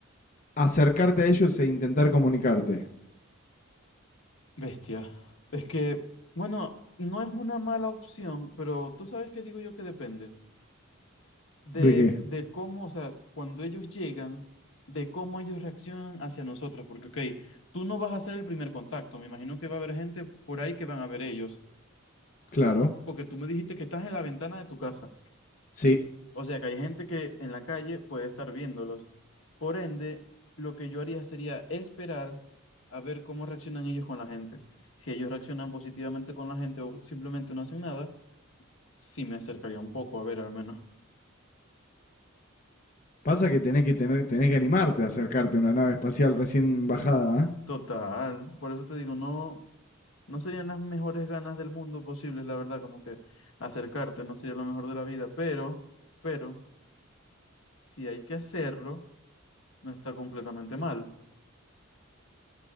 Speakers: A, on the left (about 40°); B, on the left (about 70°).
A: acercarte a ellos e intentar comunicarte?
B: Bestia. Es que, bueno, no es una mala opción, pero tú sabes que digo yo que depende de,
A: ¿De qué?
B: de cómo, o sea, cuando ellos llegan, de cómo ellos reaccionan hacia nosotros, porque, ok, tú no vas a hacer el primer contacto, me imagino que va a haber gente por ahí que van a ver ellos,
A: Claro.
B: porque tú me dijiste que estás en la ventana de tu casa.
A: Sí.
B: O sea que hay gente que en la calle puede estar viéndolos. Por ende, lo que yo haría sería esperar a ver cómo reaccionan ellos con la gente. Si ellos reaccionan positivamente con la gente o simplemente no hacen nada, sí me acercaría un poco a ver al menos.
A: Pasa que tenés que tener, tenés que animarte a acercarte a una nave espacial recién bajada, ¿eh?
B: Total, por eso te digo, no, no serían las mejores ganas del mundo posibles, la verdad, como que acercarte no sería lo mejor de la vida, pero, pero, si hay que hacerlo, no está completamente mal.